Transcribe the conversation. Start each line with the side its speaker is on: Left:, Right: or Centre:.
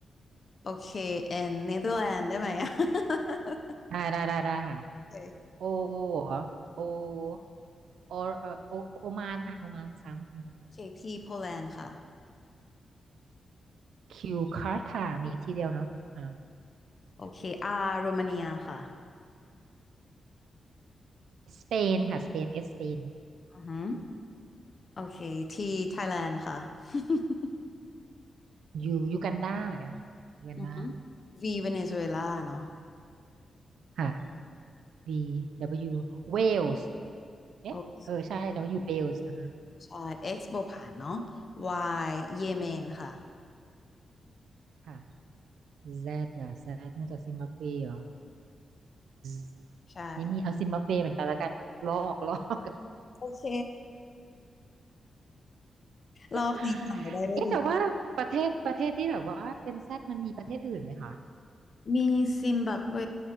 Left: โอเคแอนเนเธอร์แลนด์ได้ไหมอะ <laughs>
Right: ได้ได้ได้ได้ค่ะ
Left: โอเค
Right: โอเหรอโอโอเออโอโอมานอ่ะโอมานซ้ำ
Left: โอเคพีโปแลนด์ค่ะ
Right: คิวคาร์ทามีที่เดียวเนาะอ่า
Left: โอเคอาร์โรมาเนียค่ะ
Right: สเปนค่ะสเปนเอสเปน
Left: อือฮึโอเคทีไทยแลนด์ค่ะ <laughs>
Right: ยูยูกันดาเหมือนกันค่ะยูกันดา
Left: อือฮึวีเวเนซุเอลาเนาะ
Right: ค่ะ B W Wales เอ๊ะเออใช่
Left: โอเค
Right: W Wales อ่า
Left: ใช่ X โบผานเนาะ Y เยเมนค่ะ
Right: ค่ะ Z อ่ะ Z นอกจากซิมบับเวเหรอ Z
Left: ใช่
Right: ไม่มีเอาซิมบับเวเหมือนกันแล้วกันลอกลอก
Left: โอเค
Right: <laughs>
Left: รอบนี้ผ่านไปได้ด้วยดี
Right: เอ๊ะแต่ว่าประเทศประเทศที่แบบว่าเป็น Z มันมีประเทศอื่นไหมคะ
Left: มีซิมบับเว